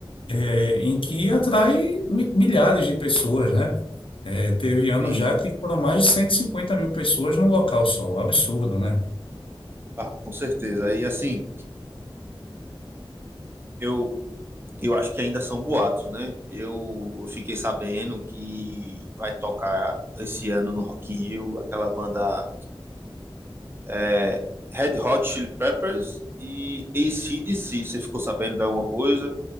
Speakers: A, on the left; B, on the right.
A: é, em que atrai mi- milhares de pessoas, né? É, teve anos
B: Sim,
A: já que foram mais de 150 mil pessoas num local só, um absurdo, né?
B: ah, com certeza. E assim, eu eu acho que ainda são boatos, né? Eu, eu fiquei sabendo que vai tocar esse ano no Rock in Rio aquela banda é, Red Hot Chili Peppers e ac C. Você ficou sabendo de alguma coisa?